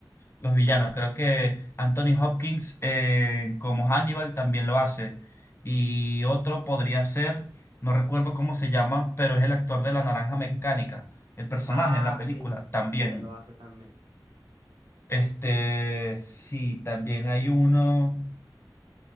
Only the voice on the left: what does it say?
los villanos. Creo que Anthony Hopkins eh, como Hannibal también lo hace. Y otro podría ser, no recuerdo cómo se llama, pero es el actor de La Naranja Mecánica, el personaje
en la película
también.
Este, sí, también hay uno